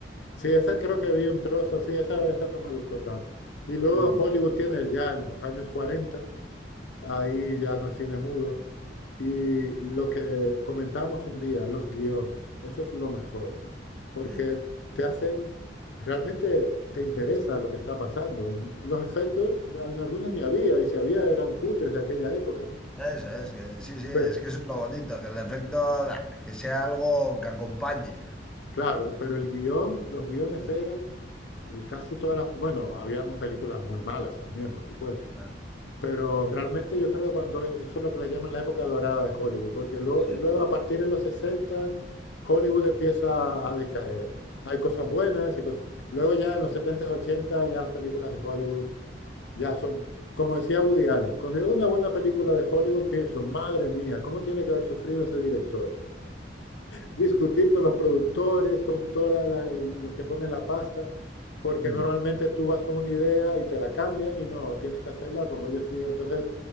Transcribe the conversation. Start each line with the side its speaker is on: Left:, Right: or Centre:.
Left: Sí, esa creo que vi un trozo, sí, esa, esa no me gustó tanto. Y luego
Centre: Mm,
Left: Hollywood tiene ya en los años 40, ahí ya no es cine mudo, Y lo que comentamos un día, los guiones, eso es lo mejor, porque
Centre: Sí,
Left: te hacen, realmente te interesa lo que está pasando. Los efectos, en algunos ni había, y si había eran cutres de aquella época.
Centre: eso es que, sí, sí, es
Left: Pero,
Centre: que eso es lo bonito, que el efecto, ah, que sea algo que acompañe.
Left: claro, pero el guión, los guiones
Centre: Ah,
Left: eran eh, casi todas las, bueno, habían películas muy malas también, por supuesto,
Centre: ah,
Left: Pero realmente yo creo que cuando e- eso es lo que le llaman la época dorada de Hollywood, porque luego,
Centre: Sí.
Left: luego a partir de los 60 Hollywood empieza a decaer. Hay cosas buenas y cosas. Luego ya en los 70, 80 ya las películas de Hollywood ya son, como decía Woody Allen, cuando veo una buena película de Hollywood pienso, madre mía, ¿cómo tiene que haber sufrido ese director? discutir con los productores, con todos los que ponen la pasta, porque
Centre: Mm,
Left: normalmente tú vas con una idea y te la cambian y no, tienes que hacerla como ellos digan. Entonces,